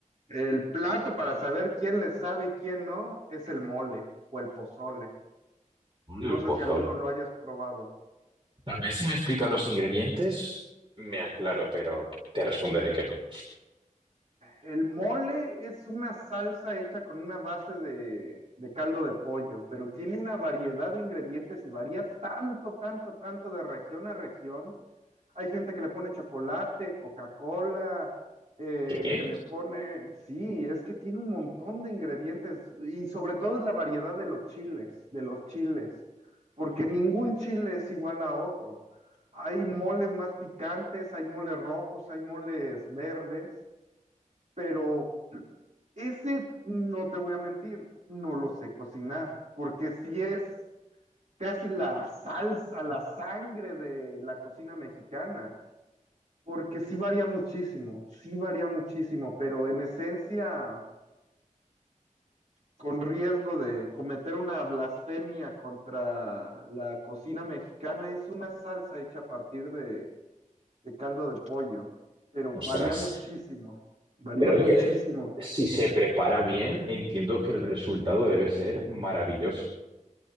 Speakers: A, on the right; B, on the right.
A: el plato para saber quién le sabe y quién no es el mole o el pozole.
B: Hombre,
A: No
B: el
A: sé
B: pozol.
A: si alguno lo hayas probado.
B: Tal vez si me explicas los ingredientes, me aclaro, pero te responderé que no.
A: El mole es una salsa hecha con una base de, de caldo de pollo, pero tiene una variedad de ingredientes y varía tanto, tanto, tanto de región a región. Hay gente que le pone chocolate, Coca-Cola, eh,
B: ¿Qué?
A: que le pone, sí, es que tiene un montón de ingredientes y sobre todo es la variedad de los chiles, de los chiles, porque ningún chile es igual a otro. Hay moles más picantes, hay moles rojos, hay moles verdes, pero ese, no te voy a mentir, no lo sé cocinar, porque si es casi la salsa, la sangre de la cocina mexicana, porque sí varía muchísimo, sí varía muchísimo, pero en esencia, con riesgo de cometer una blasfemia contra la cocina mexicana, es una salsa hecha a partir de, de caldo de pollo, pero
B: Ostras.
A: varía muchísimo, varía
B: Pero
A: muchísimo.
B: oye, le- si se prepara bien, entiendo que el resultado debe ser maravilloso.